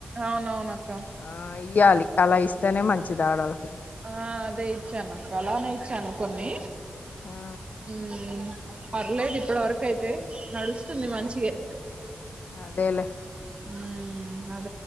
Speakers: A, on the right; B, on the left.
A: అవునవునక్క
B: ఆ ఇయ్యాలి అలా ఇస్తే తేనే మంచిది ఆడోళ్ళకి
A: ఆ అదే ఇచ్చాను అక్కడ అలానే ఇచ్చాను కొన్ని
B: ఆ
A: హ్మ్ మ్మ్ పర్లేదు ఇప్పటి వరక అయితే నడుస్తుంది మంచిగే
B: అదే లే
A: హ్మ్